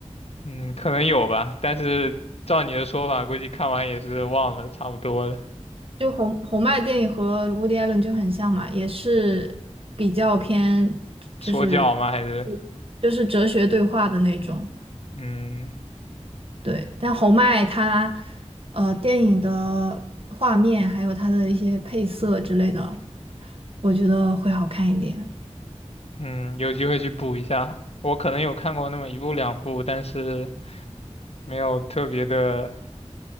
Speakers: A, on the left (about 60°); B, on the right (about 50°).
A: 嗯，可能有吧，但是照你的说法，估计看完也是忘了差不多了。
B: 就侯侯麦电影和 Woody Allen 就很像嘛，也是比较偏就是
A: 说教吗？还是
B: 就是哲学对话的那种。
A: 嗯。
B: 对，但侯麦他，呃，电影的画面还有他的一些配色之类的，我觉得会好看一点。
A: 嗯，有机会去补一下。我可能有看过那么一部两部，但是没有特别的